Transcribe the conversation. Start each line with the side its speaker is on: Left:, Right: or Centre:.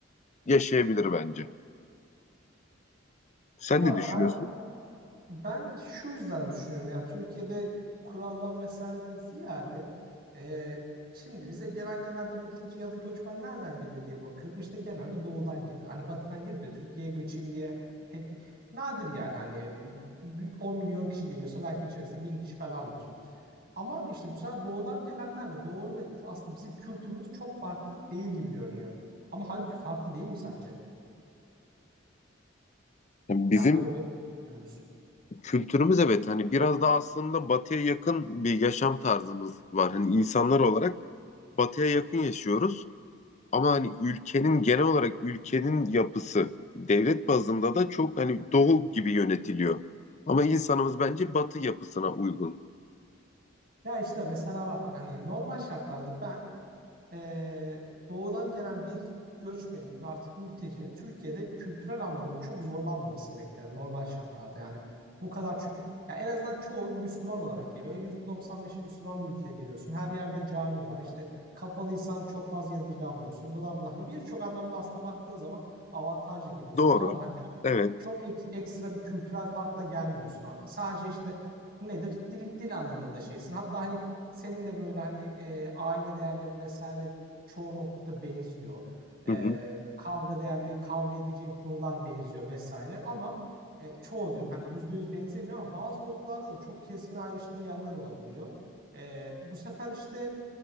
Left: yaşayabilir bence. Sen
Right: Ya
Left: ne düşünüyorsun?
Right: ben Ben şu yüzden düşünüyorum ya Türkiye'de kuraldan vesaireden ziyade e, şimdi bize gelen genelde mülteci ya da göçmen nereden geliyor diye bakıyorum. İşte genelde doğudan geliyor. Hani batıdan gelip de Türkiye'ye göçeyim diye pek nadir yani hani e, 10 milyon kişi geliyorsa belki içerisinde 1000 kişi falandır. Ama işte bu sefer doğudan gelenlerle doğu aslında bizim kültürümüz çok farklı değil gibi görünüyor. Ama halbuki farklı değil mi sence?
Left: Yani bizim
Right: Yani doğu ile bizim kültürümüz.
Left: kültürümüz evet hani biraz daha aslında batıya yakın bir yaşam tarzımız var. Hani insanlar olarak batıya yakın yaşıyoruz. Ama hani ülkenin genel olarak ülkenin yapısı devlet bazında da çok hani doğu gibi yönetiliyor. Ama insanımız bence batı yapısına uygun.
Right: Ya işte mesela bak hani normal şartlarda ben eee, doğudan gelen bir göçmenin ve artık mültecinin Türkiye'de kültürel anlamda çok zorlanmamasını beklerim normal şartlarda yani. Bu kadar çünkü ya en azından çoğu Müslüman olarak geliyor. %95'i Müslüman bir ülkeye geliyorsun. Her yerde cami var. İşte kapalıysan çok fazla yadırganmıyorsun. Bula bula. Hani birçok anlamda aslında baktığın zaman avantajlı geliyorsun.
Left: Doğru.
Right: Tamam mı? Hani
Left: Evet.
Right: çok ek- ekstra bir kültürel farkla gelmiyorsun. Sadece işte nedir? Dil, dil anlamında şeysin. Hatta hani senin de böyle hani e, aile değerlerin vesaire çoğu noktada benziyor. E,
Left: Hı hı.
Right: kavga değerleri, kavga edeceğin konular benziyor vesaire ama e, çoğu diyorum hani yüzde yüz benzemiyor ama bazı noktalarda da çok keskin ayrıştığı yerler olabiliyor. E, bu sefer işte